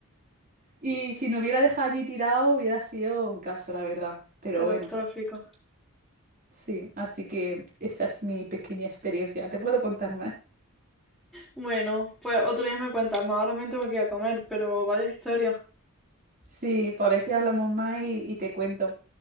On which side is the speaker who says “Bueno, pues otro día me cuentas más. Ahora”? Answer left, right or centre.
Centre